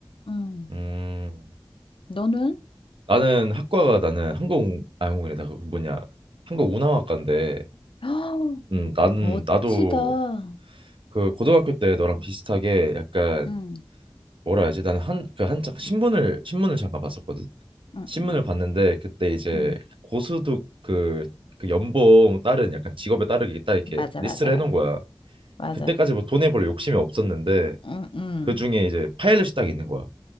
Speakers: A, on the left; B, on the right.
A: 음,
B: 음,
A: 너는?
B: 나는 학과가 나는 항공, 아, 항공이다. 그 뭐냐, 한국 운항학과인데.
A: <gasps>
B: 음, 나는
A: 멋지다.
B: 나도 그 고등학교 때 너랑 비슷하게 약간
A: 음,
B: 뭐라 해야지? 나는 한 그 한창 신문을 신문을 잠깐 봤었거든.
A: 음,
B: 신문을
A: 음,
B: 봤는데 그때 이제
A: 음.
B: 고수득 그, 그 연봉 따른 약간 직업에 따르게 딱 이렇게
A: 맞아,
B: 리스트를
A: 맞아, 맞아,
B: 해놓은 거야.
A: 맞아.
B: 그때까지 뭐 돈에 별로 욕심이 없었는데
A: 응, 응.
B: 그 중에 이제 파일럿이 딱 있는 거야.